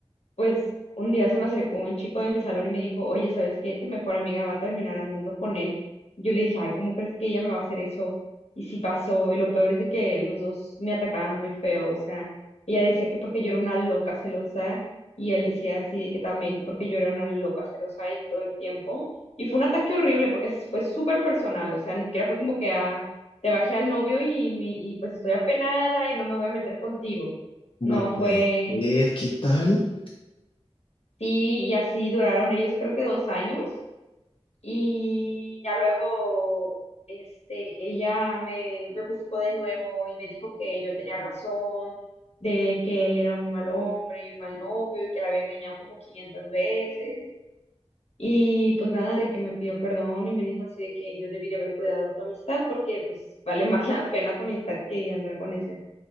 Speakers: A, on the left; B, on the left.
A: pues un día se me acercó un chico de mi salón y me dijo, oye, ¿sabes qué? Tu mejor amiga va a terminar andando con él. Yo le dije, ay, ¿cómo crees que ella me va a hacer eso? Y sí pasó, y lo peor es de que los dos me atacaban muy feo, o sea, ella decía que porque yo era una loca celosa, y él decía así, de que también que porque yo era una loca celosa y todo el tiempo. Y fue un ataque horrible porque fue súper personal, o sea, ni siquiera fue como que ah, te bajé al novio y, mi- y pues estoy apenada y no me voy a meter contigo.
B: no
A: No
B: puede
A: fue
B: ser. ¿Qué tal?
A: Sí, y así duraron ellos creo que dos años y ya luego este, ella me, me buscó de nuevo y me dijo que yo tenía razón, de que él era un mal hombre y un mal novio y que la había engañado como 500 veces. Y pues nada, de que me pidió perdón y me dijo así de que yo debería haber cuidado tu amistad porque pues vale <laughs> más la pena tu amistad que andar con ese.